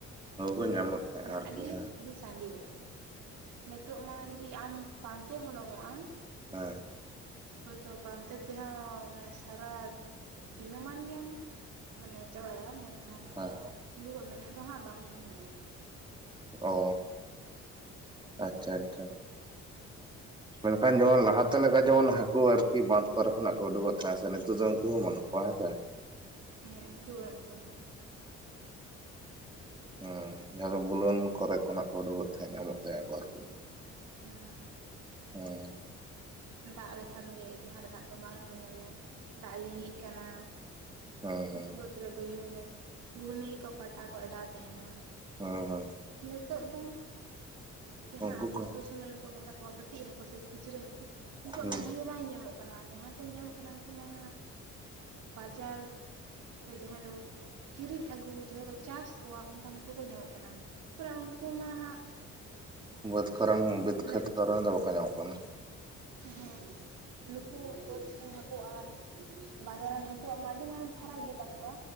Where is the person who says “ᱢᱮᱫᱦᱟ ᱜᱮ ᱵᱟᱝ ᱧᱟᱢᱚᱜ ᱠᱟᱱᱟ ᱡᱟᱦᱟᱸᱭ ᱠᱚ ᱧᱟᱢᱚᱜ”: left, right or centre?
Right